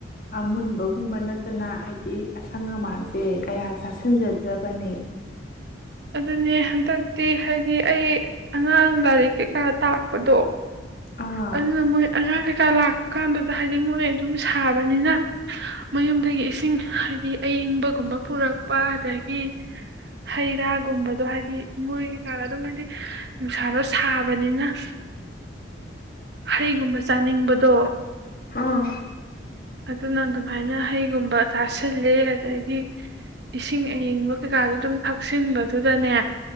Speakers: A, on the left; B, on the right.
A: ꯑꯃꯨꯟꯕꯒꯨꯝꯕ ꯅꯠꯇꯅ ꯍꯥꯏꯗꯤ ꯑꯁꯪ ꯑꯃꯥꯟꯁꯦ ꯀꯌꯥ ꯆꯥꯁꯤꯟꯖꯗ꯭ꯔꯕꯅꯤ
B: ꯑꯗꯨꯅꯦ ꯍꯟꯗꯛꯇꯤ ꯍꯥꯏꯗꯤ ꯑꯩ ꯑꯉꯥꯡ ꯂꯥꯏꯔꯤꯛ ꯀꯩꯀꯥ ꯇꯥꯛꯄꯗꯣ
A: ꯑꯥ
B: ꯑꯗꯨꯅ ꯃꯣꯏ ꯑꯉꯥꯡ ꯀꯩꯀꯥ ꯂꯥꯛꯄ ꯀꯥꯟꯗꯨꯗ ꯍꯥꯏꯗꯤ ꯃꯣꯏ ꯑꯗꯨꯝ ꯁꯥꯕꯅꯤꯅ ꯃꯌꯨꯝꯗꯒꯤ ꯏꯁꯤꯡ ꯍꯥꯏꯗꯤ ꯑꯌꯤꯡꯕꯒꯨꯝꯕ ꯄꯨꯔꯛꯄ ꯑꯗꯒꯤ ꯍꯩ ꯔꯥ ꯒꯨꯝꯕꯗꯣ ꯍꯥꯏꯗꯤ ꯃꯣꯏꯒꯤ ꯆꯥꯔ ꯑꯗꯨꯝ ꯍꯥꯏꯗꯤ ꯅꯨꯡꯁꯥꯗꯣ ꯁꯥꯕꯅꯤꯅ ꯍꯩꯒꯨꯝꯕ ꯆꯥꯅꯤꯡꯕꯗꯣ
A: ꯑꯥ
B: ꯑꯗꯨꯅ ꯑꯗꯨꯃꯥꯏꯅ ꯍꯩꯒꯨꯝꯕ ꯆꯥꯁꯤꯜꯂꯦ ꯑꯗꯒꯤ ꯏꯁꯤꯡ ꯑꯌꯤꯡꯕ ꯀꯩꯀꯥꯗꯨ ꯑꯗꯨꯝ ꯊꯛꯆꯤꯟꯕꯗꯨꯗꯅꯦ